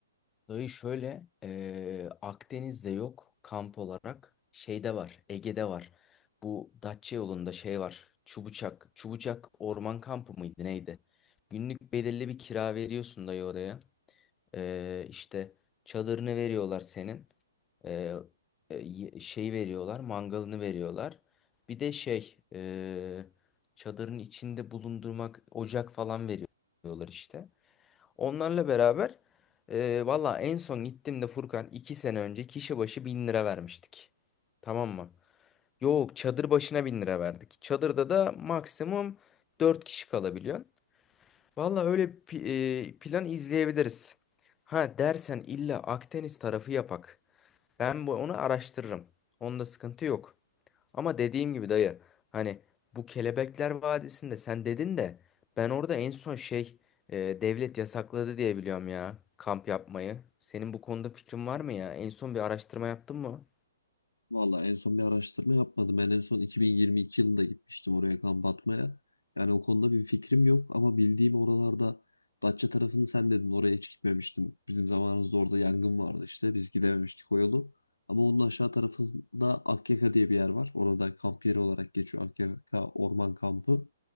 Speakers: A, on the left; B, on the left.
A: Dayı şöyle e, Akdeniz'de yok kamp olarak şeyde var Ege'de var. Bu Datça yolunda şey var Çubucak. Çubucak orman kampı mıydı neydi? Günlük belirli bir kira veriyorsun dayı oraya. Ee, işte çadırını veriyorlar senin. Ee, e, y- şey veriyorlar, mangalını veriyorlar. Bir de şey, e, çadırın içinde bulundurmak ocak falan veriyorlar işte. Onlarla beraber e, valla en son gittiğimde Furkan iki sene önce kişi başı bin lira vermiştik. Tamam mı? Yok çadır başına bin lira verdik. Çadırda da maksimum dört kişi kalabiliyor. Valla öyle pi- e, plan izleyebiliriz. Ha dersen illa Akdeniz tarafı yapak. Ben bu onu araştırırım. Onda sıkıntı yok. Ama dediğim gibi dayı hani bu Kelebekler Vadisi'nde sen dedin de ben orada en son şey e, devlet yasakladı diye biliyorum ya kamp yapmayı. Senin bu konuda fikrin var mı ya? En son bir araştırma yaptın mı?
B: Valla en son bir araştırma yapmadım. Ben en son 2022 yılında gitmiştim oraya kamp atmaya. Yani o konuda bir fikrim yok ama bildiğim oralarda Datça tarafını sen dedin oraya hiç gitmemiştim. Bizim zamanımızda orada yangın vardı işte biz gidememiştik o yolu. Ama onun aşağı tarafında Akyaka diye bir yer var. Orada kamp yeri olarak geçiyor Akyaka Orman Kampı.